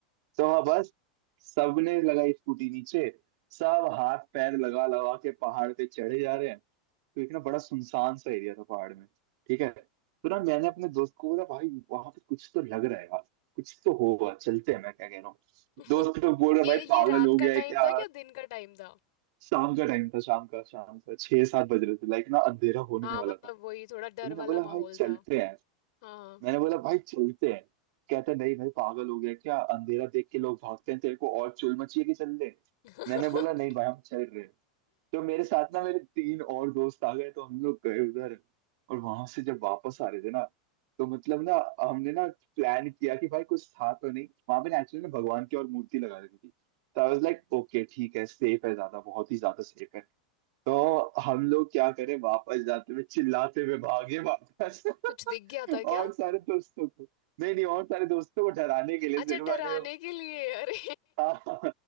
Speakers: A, on the right; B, on the left.
A: तो वहाँ बस सबने लगाई स्कूटी नीचे सब हाथ पैर लगा लगा के पहाड़ पे चढ़े जा रहे हैं तो एक ना बड़ा सुनसान सा एरिया था पहाड़ में ठीक है तो ना मैंने अपने दोस्त को बोला भाई वहां पे कुछ तो लग रहा है यार कुछ तो होगा चलते हैं मैं क्या कह रहा हूँ
B: <laughs>
A: दोस्त लोग बोल रहे
B: ये
A: भाई
B: ये
A: पागल
B: रात
A: हो गया
B: का
A: है
B: टाइम
A: क्या
B: था क्या दिन का टाइम था
A: शाम का टाइम था शाम का शाम का छह सात बज रहे थे लाइक ना अंधेरा होने
B: हाँ
A: वाला
B: मतलब
A: था
B: वही थोड़ा
A: तो
B: डर
A: मैंने
B: वाला
A: बोला
B: माहौल
A: भाई चलते
B: था
A: हैं
B: हाँ
A: मैंने बोला भाई चलते हैं कहता नहीं भाई पागल हो गया क्या अंधेरा देख के लोग भागते हैं तेरे को और चुल मची है कि चल ले
B: <laughs>
A: मैंने बोला नहीं भाई हम चल रहे हैं तो मेरे साथ ना मेरे तीन और दोस्त आ गए तो हम लोग गए उधर और वहां से जब वापस आ रहे थे ना तो मतलब ना हमने ना प्लान किया कि भाई कुछ था तो नहीं वहां पे नेचुरली ना भगवान की और मूर्ति लगा रखी थी तो आई वाज लाइक ओके ठीक है सेफ है ज्यादा बहुत ही ज्यादा सेफ है तो हम लोग क्या करें वापस जाते हुए चिल्लाते हुए भागे वापस <laughs>
B: कुछ दिख गया था
A: और
B: क्या
A: सारे दोस्तों को नहीं नहीं और सारे दोस्तों को डराने के लिए
B: अच्छा
A: सिर्फ
B: डराने
A: अरे वो-
B: के लिए अरे
A: हाँ हाँ।